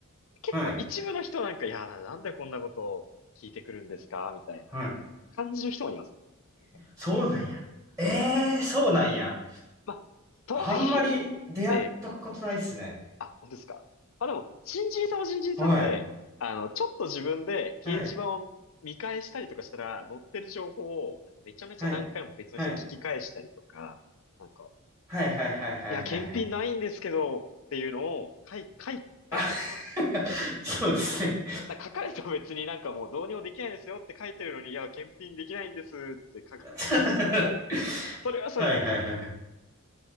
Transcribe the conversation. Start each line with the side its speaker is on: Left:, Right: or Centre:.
Left: 結構一部の人なんか、
Right: はい、
Left: いやー、なんでこんなことを聞いてくるんですかみたいな感じの人もいますね。
Right: はい。
Left: なんか
Right: そうなんや。ええー、そうなんや。
Left: まあ、とはいえっ
Right: あんまり出会ったことないっすね。
Left: て、あ、本当ですか。まあでも、新人さんは新人さんで、
Right: はい、
Left: あの、ちょっと自分で掲示板を見返したりとかしたら、
Right: はい、
Left: 載ってる情報を、なんかめちゃめちゃ何回も別の人が聞き返したりとか、
Right: はい、はい、
Left: なんか、
Right: はい、はい、はい、はい、
Left: いや、
Right: はいはい。
Left: 検品ないんですけど、っていうのを書い、書いたりとか、
Right: あ <laughs> そうですね。
Left: な書かれても別になんかもうどうにもできないですよって書いてるのに、いや、検品できないんですって書く
Right: <laughs>
Left: のも、それはそれなんですけど、
Right: はい、はい、はい。はい